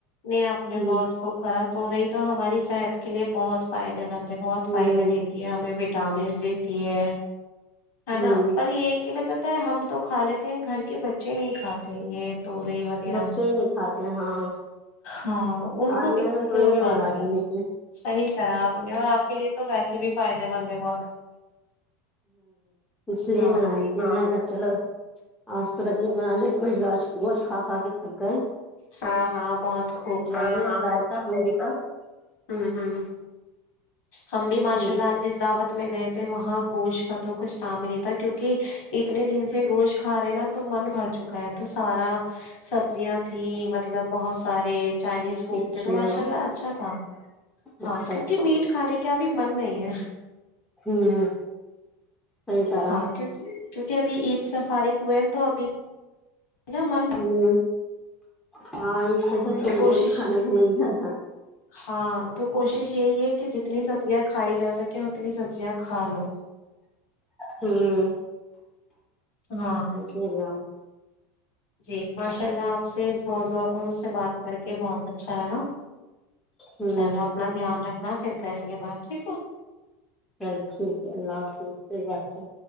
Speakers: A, on the left (about 45°); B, in the centre.
A: نہیں آپ نے
B: ہوں
A: بہت خوب خا تو رہی تو ہماری صحت کے لیے بہت فائدے مند بہت
B: ہوں
A: فائدے دیتی ہے ہمیں وٹامنس دیتی ہے ہے
B: ہوں
A: نا پر یہ کہ ن ہم تو کھا لیتے ہیں گھر کے بچے نہیں کھاتے تو یہ توری وغیرہ
B: بچے ہی نہیں کھاتے ہاں
A: ہاں ان
B: اورج
A: کو دقتیں
B: میں
A: ہو
B: نےو
A: جاتی
B: بنا
A: ہے
B: لی ت
A: صحیح کرا آپ نے اور آپ کے لیے تو ویسے بھی فائدے مند ہے بہت
B: اس لیے
A: ہاں
B: بنا لی ت چلو آج تو ب یہ بنا لے کچھ گاچھ گوشھ کھا کھا کے تھک گئے
A: ہاں ہاں بہت خوب کا
B: <unintelligible> امیریکہ
A: ہوں ہوں ہم بھی ماشاء
B: ہوں
A: اللہ جس دعوت میں گئے تھے وہاں گوشت کا تو کچھ نام ہی نہیں تھا کیونکہ اتنے دن سے گوشت کھا رہے ہیں نا تو من بھر چکا ہے تو سارا سبزیاں تھھی مطلب بہت سارے چائنیز فوڈ
B: اچھا
A: تھے تو ماشاء اللہ اچھا تھا ہاں
B: اچھا
A: کیونکہ
B: اچھا
A: میٹ کھانے کا ابھی من نہیں ہے
B: ہوں صحیح کرا
A: ہاں کیونکہ کیونکہ ابھی عید سے فارغ ہوئے ہیں تو ابھی نا من
B: ہوں ہاں اس
A: ہمم
B: سے
A: تو
B: سب
A: کوشش
B: کچھ کھانے کو ملتا تھا
A: ہاں تو کوشش یہی ہے کہ جتنی سبزیاں کھائی جا سک کیا کرے سبزیاں کھا لو
B: ہمم
A: ہاں
B: صحیح کہہ رہے ہیں اپ
A: جی ماشاء اللہ آپ سے اس موضوعہ کو مجھ سے بات کر کے بہت اچھا لگا
B: ہوں
A: چلو اپنا دھیان رکھ ہاں پھر کریں گے بات ٹھیک ہے
B: چلو ٹھیک ہے اللہ حافظ پھر بات